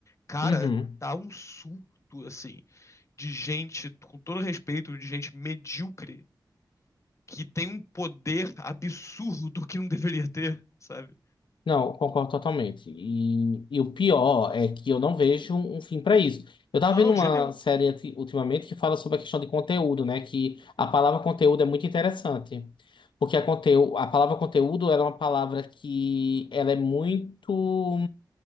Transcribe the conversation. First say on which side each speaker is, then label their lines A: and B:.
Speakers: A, on the left; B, on the left.
A: cara,
B: Uhum.
A: tá um surto, assim, de gente, com todo respeito, de gente medíocre, que tem um poder absurdo que não deveria ter, sabe?
B: Não, concordo totalmente. E, e o pior é que eu não vejo um um fim para isso. Eu tava
A: Não,
B: vendo uma
A: de jeito nenhum.
B: série anti- ultimamente que fala sobre a questão de conteúdo, né? Que a palavra conteúdo é muito interessante. Porque a, conteú- a palavra conteúdo ela é uma palavra que ela é muito